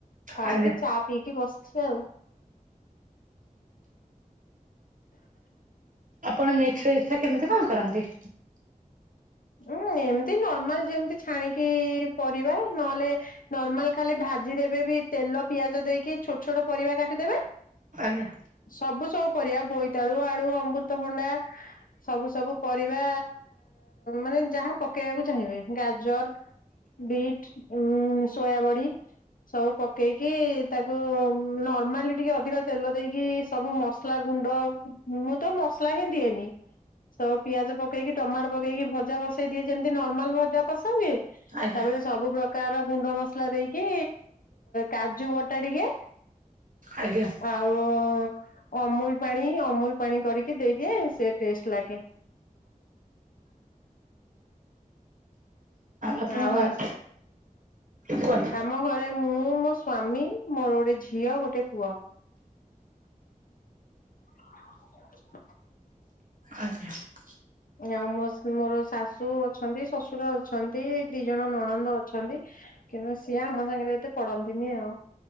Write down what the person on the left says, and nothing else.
ଖାଇକି
ଚା ପିଇକି ବସିଛି ଆଉ।
ଉଁ ଏମିତି ନର୍ମାଲ ଯେମିତି ଛାଣିକି ପରିବା ନହେଲେ ନର୍ମାଲ ଖାଲି ଭାଜି ଦେେବେ ବି ତେଲ ପିଆଜ ଦେଇକି ଛୋଟ ଛୋଟ ପରିବା କାଟିଦେବେ।
ସବୁ ସବୁ ପରିବା ବୋଇତାଳୁ ଆଳୁ ଅମୃତଭଣ୍ଡା। ସବୁ ସବୁ ପରିବା ମାନେ ଯାହା ପକେଇବାକୁ ଚାହିଁବେ ଗାଜର ବିଟ୍ ଉଁ ସୋୟାବଡ଼ି। ସବୁ ପକେଇକି ତାକୁ ନର୍ମାଲି ଟିକେ ଅଧିକ ତେଲ ଦେଇକି ସବୁ ମସ ମସଲା ଗୁଣ୍ଡ ମୁଁ ତ ମସଲା ହିଁ ଦିଏନି ସବୁ ପିଆଜ ପକେଇକି ଟମାଟ ପକେଇକି ଭଜା ବସେଇ ଦିଏ ଯେମିତି ନର୍ମାଲ ଭଜା ବସାନ୍ତିନି
ତାପରେ। ସବୁ ପ୍ରକାର ଗୁଣ୍ଡ ମସଲା ଦେଇକି କାଜୁ ବଟା ଟିକେ
ଆଉ ଅମୁଲ ପାଣି ଅମୁଲ ପାଣି କରିକି ଦେଇଦିଏ ସେ ଟେଷ୍ଟ ଲାଗେ
ଆଉ
ଆ ଆମ
ଆମ ଘରେ ମୁଁ ମୋ ସ୍ଵାମୀ ମୋର ଗୋଟେ ଝିଅ ଗୋଟେ ପୁଅ <inaudible>
ଆଉ ମୋ ମୋର ଶାଶୁ ଅଛନ୍ତି ଶଶୁର ଅଛନ୍ତି ଦି ଜଣ ନଣନ୍ଦ ଅଛନ୍ତି। କିନ୍ତୁ ସିଏ ଆମ ସାଙ୍ଗରେ ଏତେ ପଡନ୍ତିନି ଆଉ